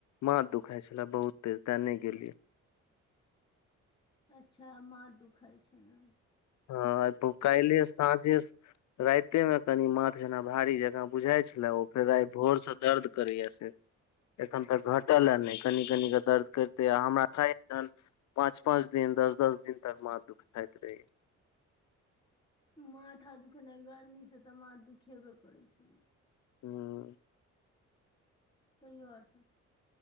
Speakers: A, on the left (about 65°); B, on the left (about 15°).
A: माथ दुखाई छले बहुत तेज तें नहि गेलियै
B: अच्छा माथ दुखाई छलै
A: हँ आइ भो काइल्हे साँझे राइतेमे कनि माथ जेना भारी जेकाँ बुझाय छलै ओ फेर आइ भोर से दर्द करैया फेर एखन तक घटल अय नहि कनि कनि कऽ दर्द करिते अय हमरा माथाए जहन पाँच पाँच दिन दस दस दिन तक माथ दुःखाइत रहैये
B: माथा दुखनाइ गर्मीसँ तऽ माथ दुखेबे करै छै
A: हम्म
B: कहियौ आओर सब